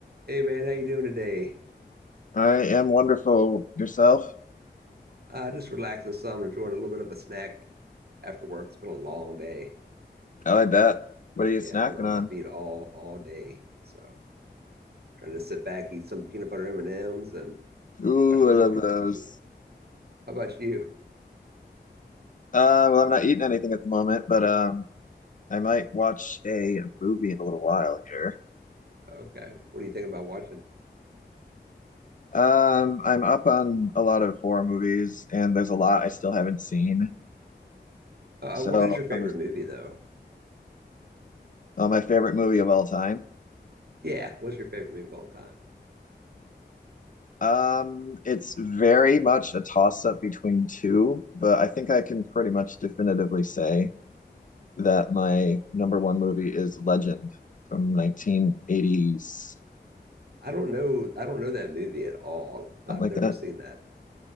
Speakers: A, on the right (about 65°); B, on the left (about 50°).
A: Hey man, how you doing today?
B: I am wonderful. Yourself?
A: Uh, just relaxing some, enjoying a little bit of a snack after work. It's been a long day.
B: I like that. What are you snacking
A: Yeah, I've been on
B: on?
A: my feet all all day, so trying to sit back, eat some peanut butter M&Ms, and M's, and
B: Ooh,
A: watch a little
B: I love
A: bit of
B: those.
A: TV. How about you?
B: Uh, well, I'm not eating anything at the moment, but um, I might watch a movie in a little while here.
A: Okay, what do you think about watching?
B: Um, I'm up on a lot of horror movies, and there's a lot I still haven't seen.
A: Uh,
B: So
A: uh, what is your favorite
B: I was
A: movie though?
B: on my favorite movie of all time.
A: Yeah, what's your favorite movie of all time?
B: Um, it's very much a toss-up between two, but I think I can pretty much definitively say. that my number one movie is Legend from 1985,
A: I don't know. I don't know that movie at all. I've
B: something like
A: never
B: that.
A: seen that.